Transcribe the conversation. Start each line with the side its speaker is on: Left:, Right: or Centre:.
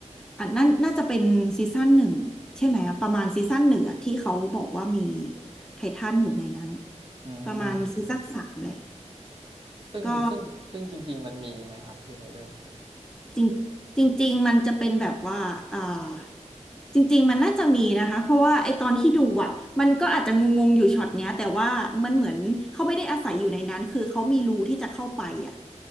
Centre: อันนั้นน่าจะเป็นซีซั่นหนึ่งใช่ไหมอะประมาณซีซั่นหนึ่งอะที่เขาบอกว่ามีไททันอยู่ในนั้น
Right: อืม
Centre: ประมาณซีซั่นสามแหละ
Right: ซึ่งซึ่งซึ่งจริงๆมันมีไหมครับพี่ไตเติ้ล
Centre: ก็ จริงจริงๆมันจะเป็นแบบว่าอ่าจริงๆมันน่าจะมีนะคะเพราะว่าไอตอนที่ดูอ่ะมันก็อาจจะงงๆอยู่ช็อตเนี้ยแต่ว่ามันเหมือนเขาไม่ได้อาศัยอยู่ในนั้นคือเขามีรูที่จะเข้าไปอ่ะ